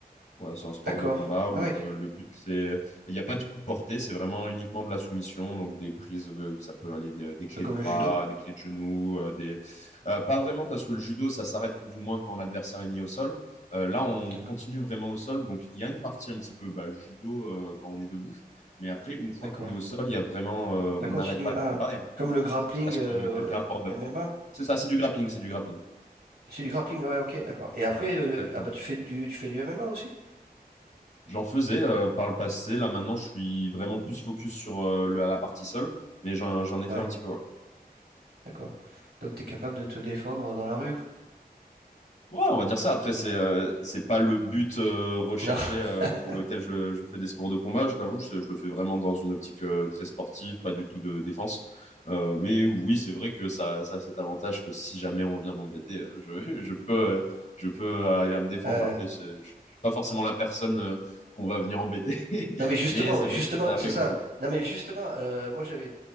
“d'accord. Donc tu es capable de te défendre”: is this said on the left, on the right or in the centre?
Right